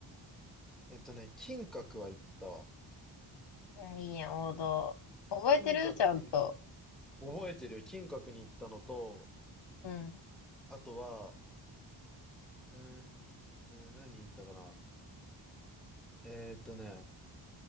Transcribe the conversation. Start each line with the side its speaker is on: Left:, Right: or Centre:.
Centre: えっとね、金閣は行ったわ。
Left: うんいいやん、王道。覚えてるちゃんと。
Centre: 金閣に、覚えてるよ。金閣に行ったのと、
Left: うん。
Centre: あとは、うーん、何に行ったかな。えーっとね、